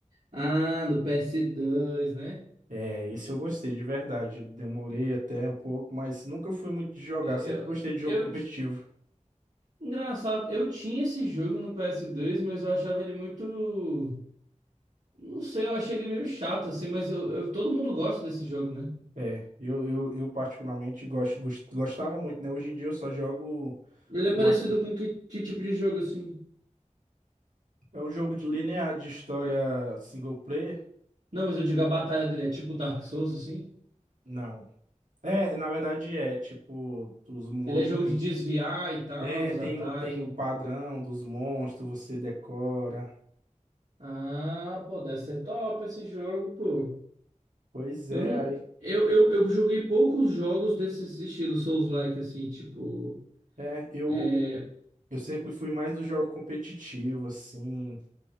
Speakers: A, on the right; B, on the right.
A: Ah, do ps dois né?
B: É, esse eu gostei, de verdade. Eu Demorei até um pouco, mas nunca fui muito de jogar,
A: Eu,
B: sempre gostei de jogo
A: eu,
B: competitivo.
A: Engraçado, eu tinha esse jogo no PS2, mas eu achava ele muito. Não sei, eu achei ele meio chato, assim, mas eu, eu- todo mundo gosta desse jogo, né?
B: É, eu, eu, eu particularmente gosto, gos- gostava muito, né? Hoje em dia eu só jogo
A: Ele é
B: Mac.
A: parecido com que, que tipo de jogo, assim?
B: É um jogo de linear de história single player?
A: Não, mas eu digo a batalha dele é tipo Dark Souls, assim?
B: Não. É, na verdade é, tipo, os mobs
A: Ele é jogo
B: tem.
A: de desviar e tal,
B: É,
A: dos
B: tem
A: ataques.
B: o, tem o padrão dos monstros, você decora.
A: Ah, pô, deve ser top esse jogo, pô.
B: Pois
A: Eu
B: é,
A: não.
B: aí.
A: Eu, eu, eu joguei poucos jogos desses estilos Souls-like, assim, tipo.
B: É, eu,
A: É,
B: eu eu sempre fui mais do jogo competitivo, assim.